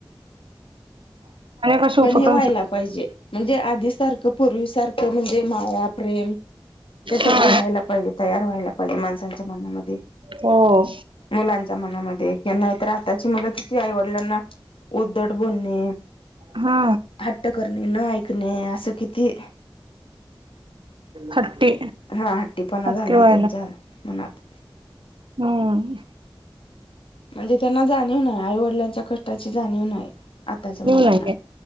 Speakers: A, on the right; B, on the left.
A: कश
B: पण
A: उपक्रम
B: हे व्हायला पाहिजे म्हणजे आधी सारखं पूर्वी सारखं म्हणजे माया प्रेम हे सगळं
A: हा
B: व्हायला पाहिजे तयार व्हायला पाहिजे माणसांच्या मनामध्ये
A: होम.
B: मुलांच्या मनामध्ये कि नाहीतर आताची मुलं किती आईवडलांना उद्धट बोलणे.
A: हा
B: हट्ट करणे न ऐकणे असं किती?
A: ह्टी
B: हा हट्टीपणा
A: अ
B: झालाय
A: आहे
B: त्यांच्या
A: ना
B: मनात
A: हम्म.
B: म्हणजे त्यांना जाणीव ना आईवडिलांच्या क ची जाणीव आहे आताच्या मुलांना
A: येऊ नाही